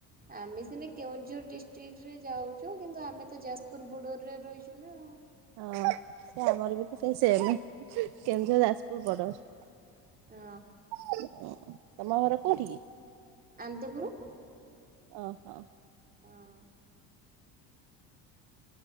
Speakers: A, on the right; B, on the right.
A: ଆମେ ସିନା କେଉଁଝର୍ ଡିଷ୍ଟିକ୍ଟ ରେ ଯାଉଛୁ କିନ୍ତୁ ଆମେ ତ ଯାଜପୁର ବୋଡର ରେ ରହିଚୁ ନା ଆଉ।
B: ହଁ ହେଁ ଆମର ବି ତ ସେହି ସେମେ କେଉଝର ଯାଜପୁର ବୋଡର
A: ହଁ।
B: <unintelligible> ତମ ଘର କୋଉଠି କି?
A: ଆନ୍ଦପୁରୁ।
B: ଓହୋ!
A: ହଁ।